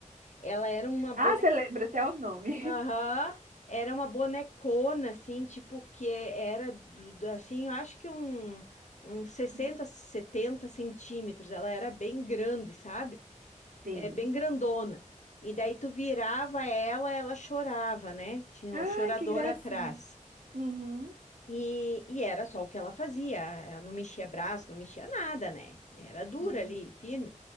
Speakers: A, on the left (about 65°); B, on the right (about 80°).
A: Ela era uma boneca
B: Ah, você lembra até o nome.
A: Aham. Era uma bonecona, assim, tipo, que era, do- do- assim, eu acho que um, uns 60,
B: <laughs>
A: 70 centímetros. Ela era bem grande, sabe?
B: Sim.
A: É, bem grandona. E daí tu virava ela, ela chorava, né? Tinha
B: Ai,
A: o chorador
B: que gracinha.
A: atrás.
B: Uhum.
A: E, e era só o que ela fazia. Ela não mexia braço, não mexia nada, né? Era dura
B: Não.
A: ali, firme.